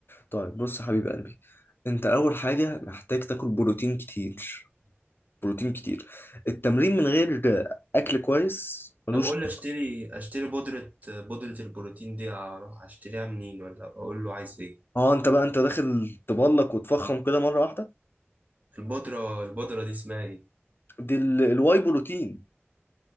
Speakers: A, on the left (about 55°); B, on the right (about 35°).
A: طيب بص يا حبيب قلبي انت اول حاجة محتاج تاكل بروتين كتير بروتين كتير التمرين من غير اكل كويس ملوش
B: طب قول لي اشتري اشتري بودره بودره البروتين دي اروح اشتريها منين ولا اقول له عايز ايه
A: اه انت بقى انت داخل تبلك وتفخم كده مرة واحدة
B: البودرة البودرة دي اسمها ايه؟
A: دي ال- الواي بروتين